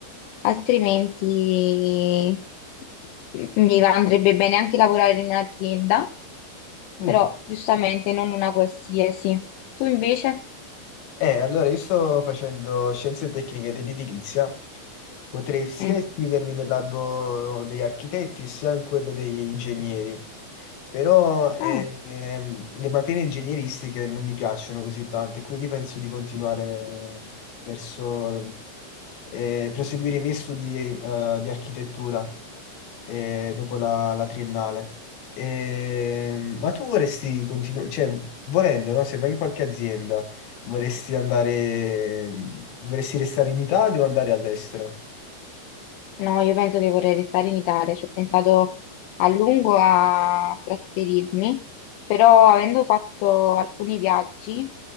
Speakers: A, on the left (about 85°); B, on the left (about 70°).
A: altrimenti mi va- andrebbe bene anche lavorare in un'azienda,
B: Mm.
A: però giustamente non una qualsiasi. Tu invece?
B: Eh, allora io sto facendo scienze tecniche dell'edilizia, potrei sia
A: Mm.
B: iscrivermi nell'albo degli architetti sia in quello degli ingegneri, però eh,
A: Ah.
B: ehm, le materie ingegneristiche non mi piacciono così tante, quindi penso di continuare verso eh, proseguire i miei studi eh, di architettura eh, dopo la, la triennale. Ehm, ma tu vorresti continuare, cioè volendo, no? Se vai in qualche azienda Vorresti andare, vorresti restare in Italia o andare all'estero?
A: No, io penso che vorrei restare in Italia, ci ho pensato a lungo a trasferirmi, però avendo fatto alcuni viaggi